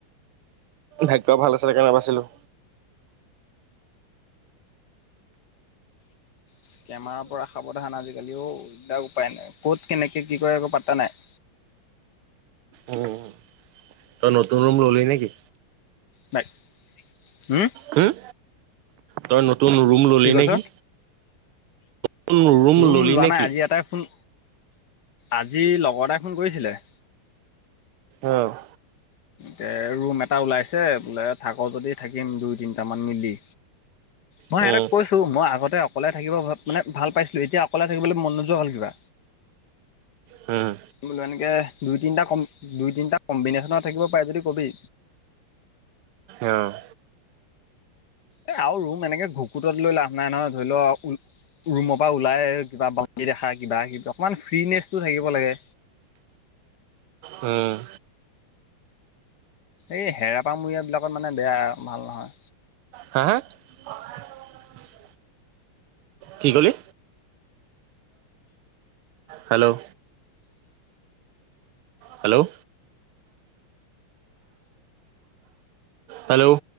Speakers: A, on the right; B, on the left.
A: ভাগ্য ভাল আছিলে কাৰণে বাছিলোঁ।
B: স্কেমাৰৰ পৰা সাৱধান আজিকালি ঔ। এতিয়া উপায় নাই। ক'ত কেনেকে কি কৰে একো পাত্তা নাই।
A: উম। তই নতুন ৰুম ল'লি নেকি?
B: নাই। উম?
A: হুম? তই নতুন ৰুম ল'লি
B: কি কৈছ
A: নেকি? নতুন
B: ৰুম
A: ললি
B: লোৱা
A: নেকি
B: নাই। আজি এটাই ফোন আজি লগৰ এটাই ফোন কৰিছিলে।
A: অ'।
B: তে ৰুম এটা ওলাইছে। বোলে থাক যদি, থাকিম দুই-তিনটামান মিলি। মই
A: উম,
B: সিহঁতক কৈছোঁ, মই আগতে অকলে থাকিব ভা- মানে ভাল পাইছিলোঁ। এতিয়া অকলে থাকিবলৈ মন নোযোৱা হ'ল কিবা।
A: হুম।
B: বোলো এনেকে দুই-তিনিটা কম- দুই-তিনিটা কম্বিনেশ্যন থাকিব পাৰে যদি, কবি।
A: অ'।
B: এ আৰু ৰুম এনেকে ঘকুতত লৈ লাভ নাই নহয়। ধৰি ল ৰুমৰ পৰা ওলায়ে কিবা বাল্টি দেখা, কিবা কি- অকমান ফ্ৰি নেছটো থাকিব লাগে।
A: উম।
B: এই হেৰাপামূৰিয়াবিলাকত মানে বেয়া, ভাল নহয়।
A: হা - হা? অ <unintelligible> কি ক'লি? হেল্ল'? হেল্ল'? হেল্ল'?